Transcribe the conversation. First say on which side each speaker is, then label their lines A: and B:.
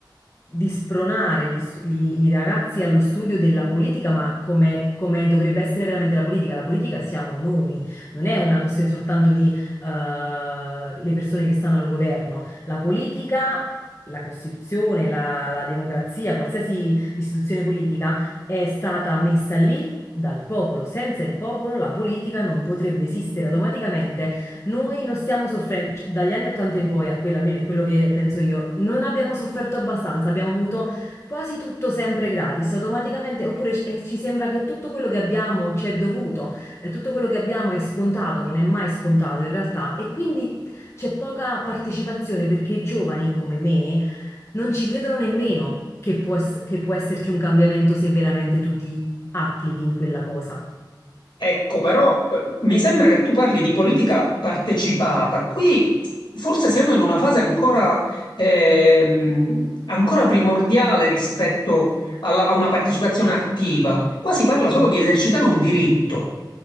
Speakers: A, on the left; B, on the left.
A: di spronare gli stu- gli- i ragazzi allo studio della politica, ma come, come dovrebbe essere veramente la politica. La politica siamo noi, non è una questione soltanto di, eh, le persone che stanno al governo. La politica, la Costituzione, la, la democrazia, qualsiasi istituzione politica è stata messa lì. Dal popolo, senza il popolo la politica non potrebbe esistere automaticamente noi non stiamo soffrendo, c- dagli anni 80 in poi, a quello almeno è quello che penso io, non abbiamo sofferto abbastanza, abbiamo avuto quasi tutto sempre gratis, automaticamente, oppure c- eh, ci sembra che tutto quello che abbiamo ci è dovuto, eh, tutto quello che abbiamo è scontato, non è mai scontato in realtà, e quindi c'è poca partecipazione perché i giovani come me non ci credono nemmeno che può, ess- che può esserci un cambiamento se veramente tu ti applichi in quella cosa.
B: Ecco, però eh, mi sembra che tu parli di politica partecipata. Qui forse siamo in una fase ancora, ehm, ancora primordiale rispetto alla- a una partecipazione attiva. Qua si parla solo
A: Mhm,
B: di esercitare un diritto.